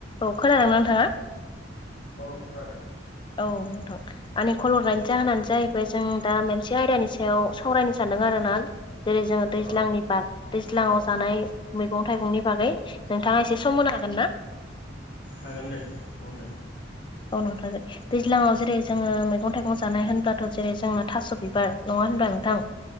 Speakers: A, on the left; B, on the left.
A: औ खोनादोंना नोंथाङा
B: औ खोनादों
A: औथ आनि खलरनायनि जाहानो जाहैबाय जों दा मोनसे आयदानि सायाव सावरायनो सानदों आरो ना जेरै जोङो दैज्लांनि
B: औ
A: बाग दैज्लाङाव जानाय मैगं थाइगंनि बागै नोंथाङा एसे सम होनो हागोन ना
B: जागोन दे बुंदे
A: आनथ दैज्लाङाव जेरै जोङो मैगं थाइगं जानाय होनब्लाथ' जेरै जोंना थास' बिबार नङा होनब्ला नोंथां